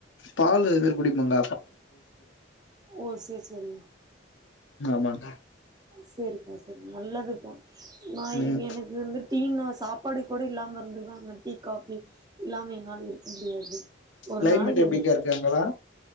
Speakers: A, on the left; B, on the right.
A: பால் அது மாரி குடிப்பங்க
B: ஓ செர் செரி
A: ஆமாக்கா
B: செரிப்பா செரி நல்லதுதா நா
A: ம்
B: எனக்கு வந்துட் டீனா சாப்பாடு கூட இல்லாம இருந்துடுவ அந்த டீ காஃபி இல்லாம என்னால் இருக்க முடியாது ஒரு
A: க்ளைமேட்
B: நாளைக்கு
A: எப்டிக்கா
B: ரெண்டு
A: இருக்கு அங்களா